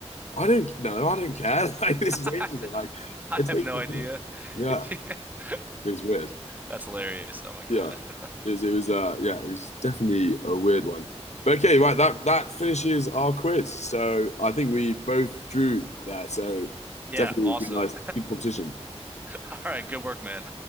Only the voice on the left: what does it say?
I don't know, I don't care. <laughs> Like this
is ages ago. Like
it's
ages
ago.
Yeah,
it was weird.
Yeah.
It was, it was uh yeah, it was definitely a weird one. But okay, right, that that finishes our quiz. So I think we both drew there, so
definitely
a good nice good competition.